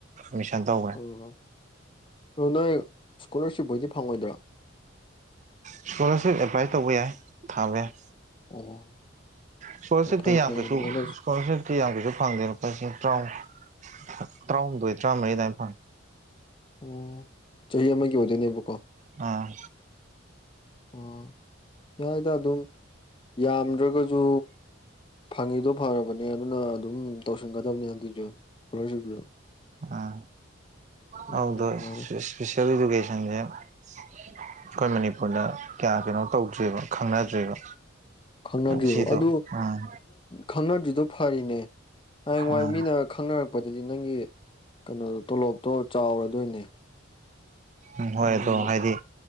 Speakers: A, on the right; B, on the left.
A: ꯃꯤꯁꯟ ꯇꯧ
B: ꯑꯣ ꯑꯣ ꯅꯣꯏ ꯏꯁꯀꯣꯂꯥꯔꯁꯤꯞꯄꯣꯏꯗꯤ ꯐꯪꯉꯣꯏꯗ꯭ꯔꯥ
A: ꯏꯁꯀꯣꯂꯥꯔꯁꯤꯞ ꯑꯦꯄ꯭ꯂꯥꯏ ꯇꯧꯕ ꯌꯥꯏ ꯊꯥꯕ ꯌꯥꯏ
B: ꯑꯣ
A: ꯏꯁꯀꯣꯂꯔꯁꯤꯞ
B: ꯐꯩ
A: ꯇꯤ ꯌꯥꯝ
B: ꯐꯩ
A: ꯀꯁꯨ
B: ꯑꯗꯨꯃꯥꯏꯅ
A: ꯁꯀꯣꯂꯔꯁꯤꯞ ꯇꯤ ꯌꯥꯝ ꯀꯩꯁꯨ ꯐꯪꯗꯦ ꯂꯨꯄꯥ ꯂꯤꯁꯤꯡ ꯇꯔꯥꯍ ꯇꯔꯥꯍꯨꯝꯗꯣꯏ ꯇꯔꯥꯃꯔꯤ ꯑꯗꯨꯃꯥꯏꯅ ꯐꯪꯉꯦ
B: ꯎꯝ ꯆꯍꯤ ꯑꯃꯒꯤ ꯑꯣꯏꯗꯣꯏꯅꯦꯕꯀꯣ
A: ꯑꯥ
B: ꯑꯣ ꯌꯥꯏꯗ ꯑꯗꯨꯝ ꯌꯥꯝꯗ꯭ꯔꯒꯁꯨ ꯐꯪꯉꯤꯗꯣ ꯐꯔꯕꯅꯦ ꯑꯗꯨꯅ ꯑꯗꯨꯝ ꯇꯧꯁꯟꯒꯗꯕꯅꯦ ꯑꯗꯨꯛꯁꯨ ꯏꯁꯀꯣꯂꯔꯁꯤꯞꯁꯨ
A: ꯎꯝ
B: ꯎꯝ
A: ꯍꯗ
B: ꯑꯗꯨꯃꯥꯏꯅ
A: ꯏꯁꯄꯤꯦꯁꯦꯜ ꯏꯖꯨꯀꯦꯁꯟꯁꯦ ꯑꯩꯈꯣꯏ ꯃꯅꯤꯄꯨꯔꯗ ꯀꯌꯥ ꯀꯩꯅꯣ ꯇꯧꯗ꯭ꯦꯕ ꯈꯪꯅꯗ꯭ꯔꯤꯕ
B: ꯈꯪꯅꯗ꯭ꯔꯤꯕꯣ
A: ꯁꯤꯗꯣ
B: ꯑꯗꯨ
A: ꯎꯝ
B: ꯈꯪꯅꯗ꯭ꯔꯤꯗꯣ ꯐꯔꯤꯅꯦ ꯍꯌꯦꯡꯋꯥꯏ
A: ꯎꯝ
B: ꯃꯤꯅ ꯈꯪꯅꯔꯛꯄꯗꯗꯤ ꯅꯪꯒꯤ ꯀꯩꯅꯣꯗꯣ ꯇꯣꯂꯣꯞꯇꯣ ꯆꯥꯎꯔꯗꯣꯏꯅꯦ
A: ꯎꯝ ꯍꯣꯏ
B: ꯑꯗꯨꯅ
A: ꯑꯗꯣ ꯍꯥꯏꯗꯤ